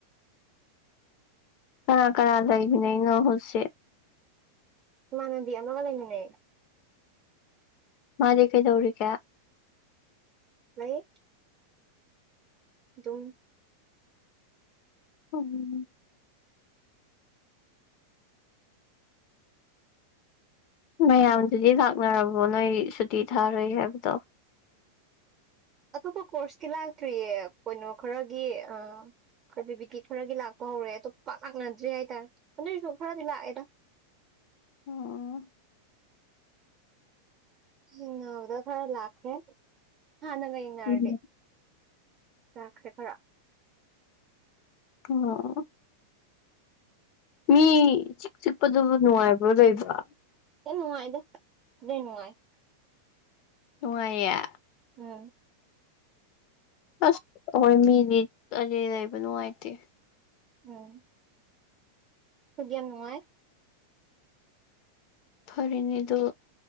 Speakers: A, on the left; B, on the right.
A: ꯀꯅꯥ ꯀꯅꯥ ꯂꯩꯃꯤꯟꯅꯩꯅꯣ ꯍꯧꯖꯤꯛ
B: ꯏꯃꯥꯟꯅꯕꯤ ꯑꯃꯒ ꯂꯩꯃꯤꯟꯅꯩꯌꯦ
A: ꯃꯥꯗꯤ ꯀꯩꯗꯧꯔꯤꯒꯦ
B: ꯂꯩ ꯗꯨꯝ
A: ꯎꯝ ꯃꯌꯥꯝꯗꯨꯗꯤ ꯂꯥꯛꯅꯔꯕꯣ ꯅꯣꯏꯒꯤ ꯁꯨꯇꯤ ꯊꯥꯔꯨꯏ ꯍꯥꯏꯕꯗꯣ
B: ꯑꯇꯣꯞꯄ ꯀꯣꯔꯁꯀꯤ ꯂꯥꯛꯇ꯭ꯔꯤꯌꯦ ꯀꯩꯅꯣ ꯈꯔꯒꯤ ꯑ ꯈꯔ ꯕꯤꯕꯤꯗꯤ ꯈꯔꯒꯤ ꯂꯥꯛꯄ ꯍꯧꯔꯦ ꯑꯇꯣꯞ ꯄꯥꯛ ꯂꯥꯛꯅꯗ꯭ꯔꯤ ꯍꯥꯏꯇꯥꯔꯦ ꯑꯗꯨꯏꯁꯨ ꯈꯔꯗꯤ ꯂꯥꯛꯑꯦꯗꯥ
A: ꯑꯣ
B: ꯊꯦꯡꯅꯕꯗ ꯈꯔ ꯂꯥꯛꯈ꯭ꯔꯦ ꯍꯥꯟꯅꯒ ꯌꯦꯡꯅꯔꯗꯤ
A: ꯎꯝ
B: ꯂꯥꯛꯈ꯭ꯔꯦ ꯈꯔ
A: ꯑꯣ ꯃꯤ ꯆꯤꯛ ꯆꯤꯛꯄꯗꯨꯕꯨ ꯅꯨꯡꯉꯥꯏꯕ꯭ꯔꯣ ꯂꯩꯕ
B: ꯌꯥꯝ ꯅꯨꯡꯉꯥꯏꯗ ꯂꯣꯏ ꯅꯨꯡꯉꯥꯏ
A: ꯅꯨꯡꯉꯥꯏꯌꯦ
B: ꯎꯝ
A: ꯑꯁ ꯑꯍꯣꯏ ꯃꯤꯗꯤ ꯇꯔꯦꯠ ꯂꯩꯕ ꯅꯨꯡꯉꯥꯏꯇꯦ
B: ꯎꯝ ꯈꯣꯏꯗꯤ ꯌꯥꯝ ꯅꯨꯡꯉꯥꯏ
A: ꯐꯔꯦꯅꯦꯗꯨ